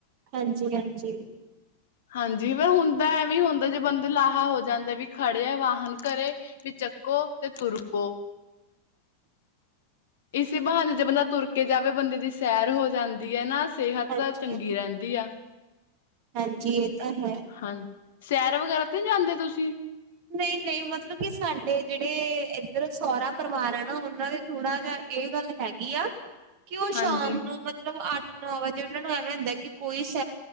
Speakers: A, on the right (about 45°); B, on the left (about 60°).
A: ਹਾਂਜੀ-ਹਾਂਜੀ,
B: ਹਾਂਜੀ ਵਹਿ ਹੁੰਦਾ ਐਵੇਂ ਹੁੰਦਾ ਜੇ ਬੰਦੇ ਲਾਹਾ ਹੋ ਜਾਂਦੇ ਵੀ ਖੜੇ ਆ ਵਾਹਨ ਘਰੇ ਵੀ ਚੱਕੋ ਤੇ ਤੁਰਪੋ ਇਸੇ ਬਹਾਨੇ ਜੇ ਬੰਦਾ ਤੁਰ ਕੇ ਜਾਵੇ ਬੰਦੇ ਦੀ ਸੈਰ ਹੋ ਜਾਂਦੀ। ਹੈ ਨਾ ਸਿਹਤ
A: ਹਾਂਜੀ,
B: ਚੰਗੀ ਰਹਿੰਦੀ ਆ।
A: ਹਾਂਜੀ ਇਹ ਤਾਂ ਹੈ,
B: ਹਾਂ ਸੈਰ ਵਗੈਰਾ ਤੇ ਨਹੀਂ ਜਾਂਦੇ ਤੁਸੀਂ?
A: ਨਹੀਂ-ਨਹੀਂ ਮਤਲਬ ਕਿ ਸਾਡੇ ਜਿਹੜੇ ਇੱਧਰ ਸਹੋਰਾ ਪਰਿਵਾਰ ਆ ਨਾ ਉਹਨਾਂ ਦੇ ਥੋੜ੍ਹਾ ਜਿਹਾ ਇਹ ਗੱਲ ਹੈਗੀ ਆ। ਕਿ ਉਹ ਸ਼ਾਮ
B: ਹਾਂਜੀ
A: ਨੂੰ ਮਤਲਬ ਅੱਠ ਨੋ ਵਜੇ ਐਵੈ ਹੁੰਦਾ ਕੀ ਉਹਨਾਂ ਨੂੰ ਐਵੇਂ ਹੁੰਦਾ ਕਿ ਕੋਈ ਸ